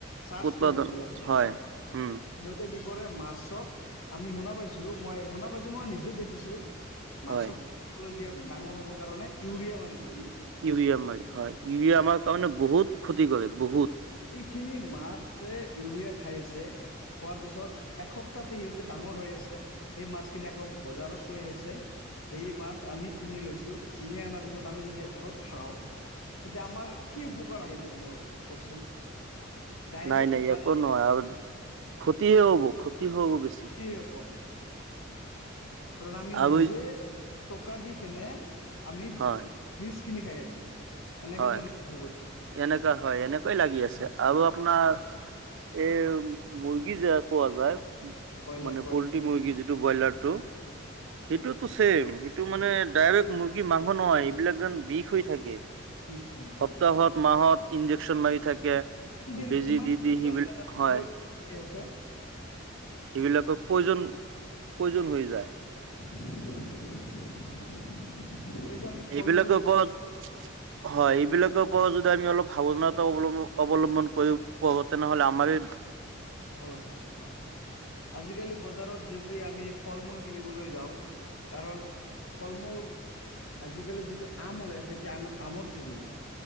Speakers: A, on the left; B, on the right.
A: চাৰ্চ
B: উৎপাদন
A: কৰে যিবিলাকতে
B: হয়
A: সিহঁতে
B: উম
A: সেই কৰে মাছক আমি শুনা পাইছো মই শুনা পাইছো মই নিজে দেখিছো মাছক
B: হয়
A: দিয়ে ডাঙৰ হব কাৰণে ইউৰিয়া মাৰি দ
B: ইউৰিয়া মাৰ হয় ইউৰিয়া আমাৰ কাৰণে বহুত ক্ষতি কৰে বহুত।
A: এইখিনি মাছে ইউৰিয়া খাই আছে। হোৱাৰ পিছত এসপ্তাহতে সিহঁতে ডাঙৰ হৈ আছে সেই মাছখিনি আকৌ বজাৰত লৈ আহিছে। সেই মাছ আমি কিনি লৈছো কিনি আাৰ পিছত আমি যেতিয়া ঘৰত খাওঁ। তেতিয়া আমাৰ কি উপকাৰ আহিব মোৰ কওকচোন। ডাইৰেক্ট
B: নাই নাই ইয়াকো
A: মানে
B: নহয় আৰু। ক্ষতিয়ে হ'ব। হ'ব বেছি
A: ক্ষতি হ'ব আমাৰ। কাৰণ আমি
B: আৰু
A: নিজে টকা দি কেনে আমি
B: হয়
A: বি কিনি খাই আছো। এনেকে
B: হয়,
A: যেন অনুভৱ হয় মোৰ।
B: এনেকুৱা হয়, এনেকুৱাই লাগি আছে। আৰু আপোনাৰ এই মুৰ্গী যে কোৱা যায়।
A: ব্ৰইলাৰ
B: মানে
A: ব্ৰইলাৰ
B: পলট্ৰি মুৰ্গী যিটো ব্ৰইলাৰ টো সেইটোতো
A: হয়
B: ছেম। টো মানে ডাইৰেক্ট মুৰ্গী মাংস নহয় এইবিলাক যেন বিষ হৈ থাকে
A: বিষ হয় হয়
B: সপ্তাহত মাহত ইঞ্জেকশ্যন মাৰি থাকে।
A: কোনদিন
B: বেজি
A: কিমান
B: দি
A: দিন
B: দি সিবিলাক হয়।
A: সিহঁতে
B: সেইবিলাকক প্ৰয়োজন প্ৰয়োজন হৈ যায়।
A: <unintelligible> আমি ফল
B: এইবিলাকৰ
A: মূল
B: ওপৰত হয়, এইবিলাকৰ ৰত যদি আমি অলপ সাৱধানতা অৱম্ব অৱলম্বন কৰি কৰো তেনেহ'লে আমাৰ
A: ভাল হয় আজিকালি বজাৰত যদি আমি ফল মূল কিনিবলৈ যাওঁ কাৰণ ফল মূল আজিকালি যিটো আম ওলাই আছে এতিয়া আম আমৰ ছিজন